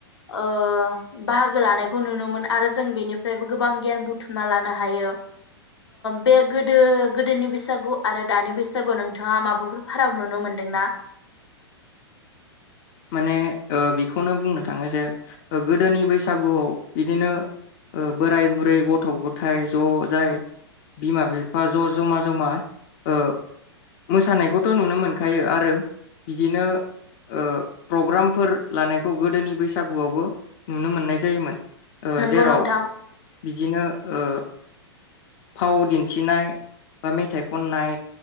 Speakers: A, on the left; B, on the left.
A: ओ बाहागो लानायखौ नुनो मोनो आरो जों बेनिफ्रायबो गोबां गियान बुथुमना लानो हायो। बे गोदो गोदोनि बैसागु आरो दानि बैसागु नोंथाङा माबाफोर फाराग नुनो मोनदोंना?
B: माने ओ बेखौनो बुंनो थाङो जे गोदोनि बैसागुआव बिदिनो ओ बोराय बुरै गथ' गथाय ज' जाय बिमा बिफा ज' जमा जमा ओ मोसानायखौथ' नुनो मोनखायो आरो बिदिनो ओ प्रग्रामफोर लानायखौ गोदोनि बैसागुआवबो नुनो मोननाय जायोमोन। ओ
A: नंगौ
B: जेराव
A: नोंथां
B: बिदिनो ओ फाव दिन्थिनाय बा, मेथाइ खननाय